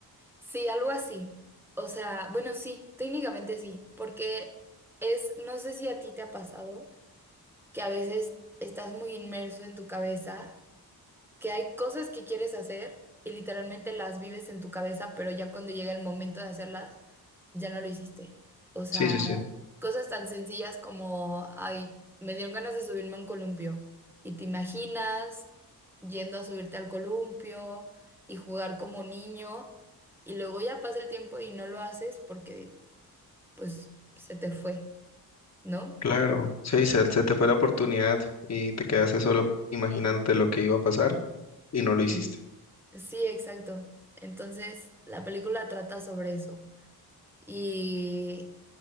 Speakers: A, in the centre; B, on the left (about 40°).
A: sí, algo así. O sea, bueno, sí, técnicamente sí, porque es, no sé si a ti te ha pasado que a veces estás muy inmerso en tu cabeza que hay cosas que quieres hacer y literalmente las vives en tu cabeza, pero ya cuando llega el momento de hacerlas, ya no lo hiciste. O sea,
B: Sí, sí, sí.
A: cosas tan sencillas como, ay, me dieron ganas de subirme a un columpio y te imaginas yendo a subirte al columpio y jugar como niño y luego ya pasa el tiempo y no lo haces porque pues se te fue, ¿no?
B: Claro, sí, se, se te fue la oportunidad y te quedaste solo imaginándote lo que iba a pasar y no lo hiciste.
A: Sí. Sí, exacto. Entonces, la película trata sobre eso. y